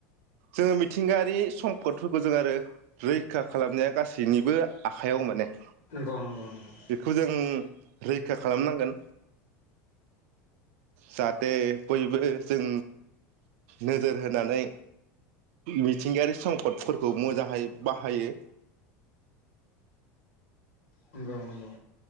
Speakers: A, on the right; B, on the left.
A: जोङो मिथिंगायारि सम्पदफोरखौ जों आरो रैखा खालामनाया गासैनिबो आखाइयाव माने।
B: नंगौ नंगौ नंगौ।
A: बेखौ जों रैखा खालामनांगोन जाहाथे बयबो जों नोजोर होनानै मिथिंगायारि संकदफोरखौ मोजाहाय बाहायो
B: नोंगौ नंगौ।